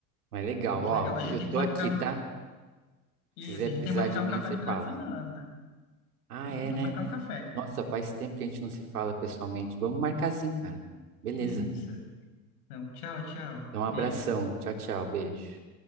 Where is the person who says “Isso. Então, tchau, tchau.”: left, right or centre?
Left